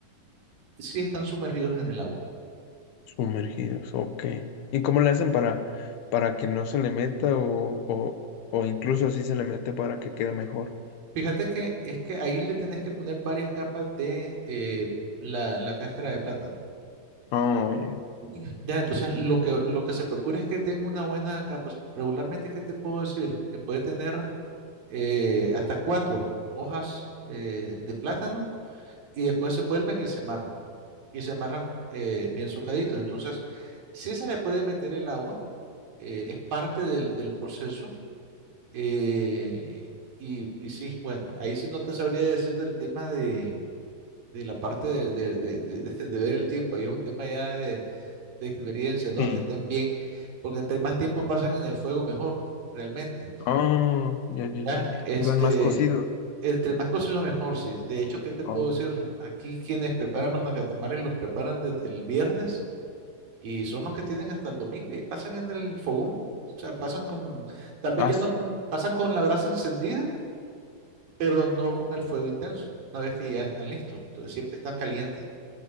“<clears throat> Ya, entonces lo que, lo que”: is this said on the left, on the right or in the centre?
Right